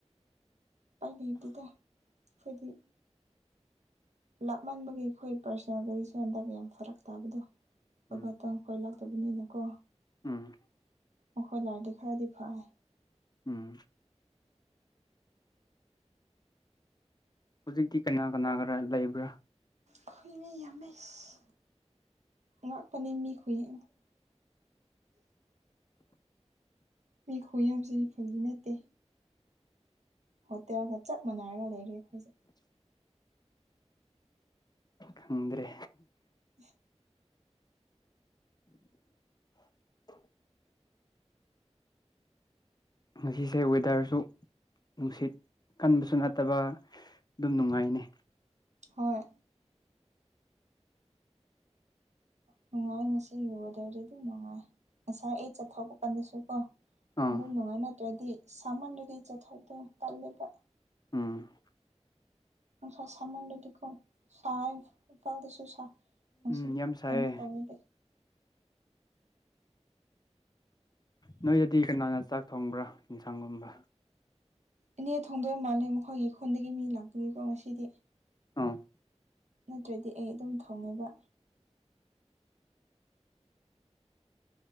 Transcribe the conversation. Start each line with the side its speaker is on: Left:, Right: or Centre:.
Right: ꯎꯄꯥꯢ ꯂꯩꯩꯇꯦꯗ ꯑꯩꯈꯣꯏꯗꯤ ꯂꯥꯛꯃꯟꯕꯒꯤ ꯑꯩꯈꯣꯏ ꯄꯥꯔꯁꯣꯅꯦꯜ ꯒꯥꯔꯤꯁꯨ ꯍꯟꯗꯛ ꯌꯥꯝ ꯐꯔꯛ ꯇꯥꯕꯗꯣ ꯕꯕꯥꯇꯣ
Left: ꯎꯝ
Right: ꯑꯩꯈꯣꯏ ꯂꯥꯛ ꯐꯠꯇꯕꯅꯤꯅꯀꯣ
Left: ꯎꯝ
Right: ꯃꯈꯣꯢ ꯂꯥꯔꯗꯤ ꯈꯔꯗꯤ ꯐꯔꯦ
Left: ꯎꯝ ꯍꯨꯖꯤꯛꯇꯤ ꯀꯅꯥ ꯀꯅꯥꯒꯔ ꯂꯩꯕ꯭ꯔꯥ
Right: ꯑꯈꯣꯏ ꯃꯤ ꯌꯥꯝꯃꯦꯁ ꯉꯥꯛꯄꯅꯤ ꯃꯤ ꯈꯨꯌꯦ ꯃꯤ ꯈꯨꯌꯥꯝꯁꯤꯔꯤ ꯐꯒꯤ ꯅꯠꯇꯦ ꯍꯣꯇꯦꯜꯒ ꯆꯞ ꯃꯥꯟꯅꯔꯒ ꯂꯩꯔꯦ ꯑꯩꯈꯣꯏꯁꯦ
Left: ꯈꯪꯗ꯭ꯔꯦ
Right: ꯍ
Left: <inaudible> ꯉꯁꯤꯁꯦ ꯋꯦꯗꯔꯁꯨ ꯅꯨꯡꯁꯤꯠ ꯀꯟꯕꯁꯨ ꯅꯠꯇꯕ ꯑꯗꯨꯝ ꯅꯨꯡꯉꯥꯏꯅꯤ
Right: ꯍꯣꯏ ꯅꯨꯡꯉꯥꯏꯌꯦ ꯉꯁꯤ ꯋꯦꯗ꯭ꯔꯗꯤ ꯑꯗꯨꯝ ꯅꯨꯡꯉꯥꯏ ꯉꯁꯥꯏ ꯑꯩ ꯆꯠꯊꯣꯛꯄ ꯀꯥꯟꯗꯁꯨ ꯀꯣ
Left: ꯑꯥ
Right: ꯑꯗꯨꯝ ꯅꯨꯡꯉꯥꯏ ꯅꯇ꯭ꯔꯗꯤ ꯁꯥꯃꯟꯔꯗꯤ ꯆꯠꯊꯣꯛꯄ ꯇꯜꯂꯦꯗ
Left: ꯎꯝ
Right: ꯅꯨꯡꯁꯥ ꯁꯥꯃꯟꯔꯗꯤ ꯀꯣ ꯁꯥꯏꯌꯦ ꯃꯄꯥꯟꯗꯁꯨ ꯁꯥꯏ ꯃꯁꯤ
Left: ꯎꯝ ꯌꯥꯝ
Right: ꯀꯩꯅꯣ
Left: ꯁꯥꯏꯌꯦ
Right: ꯇꯧꯔꯗꯤ
Left: ꯅꯣꯏꯗꯗꯤ ꯀꯅꯥꯅ ꯆꯥꯛ ꯊꯣꯡꯕ꯭ꯔꯥ ꯏꯟꯁꯥꯡꯒꯨꯝꯕ
Right: ꯏꯅꯦ ꯊꯣꯡꯗꯣꯏ ꯃꯥꯜꯂꯦ ꯃꯈꯣꯏꯒꯤ ꯈꯨꯟꯗꯒꯤ ꯃꯤ ꯂꯥꯛꯄꯒꯤꯀꯣ ꯉꯁꯤꯗꯤ
Left: ꯑꯥ
Right: ꯅꯠꯇ꯭ꯔꯗꯤ ꯑꯩ ꯑꯗꯨꯝ ꯊꯣꯡꯉꯦꯕ